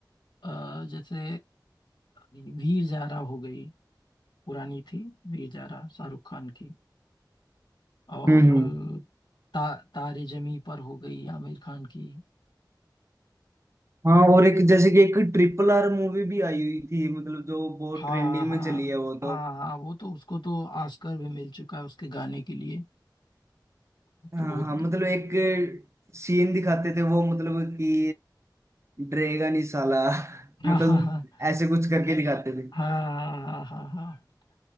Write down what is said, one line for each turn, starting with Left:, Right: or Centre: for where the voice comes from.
Left: अ, जैसे वीर जारा हो गई पुरानी थी वीर जारा शाहरुख खान की और
Right: हम्म हम्म
Left: ता, तारे जमी पर हो गई आमिर खान की
Right: हाँ और एक जैसे कि एक ट्रिपल आर मूवी भी आई हुई थी मतलब जो बहुत
Left: हाँ
Right: ट्रेंडिंग
Left: हाँ
Right: में चली है वो
Left: हाँ
Right: तो
Left: हाँ वो तो उसको तो ऑस्कर भी मिल चुका है उसके गाने के लिए वो
Right: हाँ
Left: तो बहुत
Right: हाँ मतलब एक सीन दिखाते थे वो मतलब कि डरेगा नहीं साला <laughs>
Left: हाँ
Right: मतलब
Left: हाँ
Right: ऐसे कुछ करके दिखाते थे
Left: हाँ हाँ हाँ हाँ